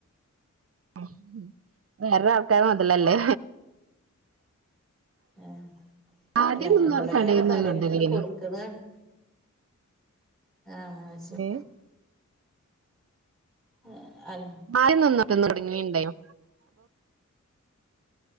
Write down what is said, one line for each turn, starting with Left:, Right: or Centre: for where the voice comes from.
Right: ആഹ് ഉം വേറൊരാൾക്കാർടെ മുതലല്ലേ
Centre: ഏഹ്
Right: ആദ്യം
Centre: അല്ല അങ്ങനെ
Right: നിന്നോര്
Centre: ഇമ്പിടൊക്കെ
Right: കടേന്ന്
Centre: അങ്ങനെ കടയിൽ
Right: കൊണ്ടരലേനു
Centre: നിന്നിങ്ങനെ കൊടു ക്കന്നതാണ് അഹ് അതുശരി
Right: ഏഹ്
Centre: ഏഹ് അൽ
Right: ആദ്യം നിന്നിട്ടോന്നു തുടങ്ങി യുണ്ടായ്നൊ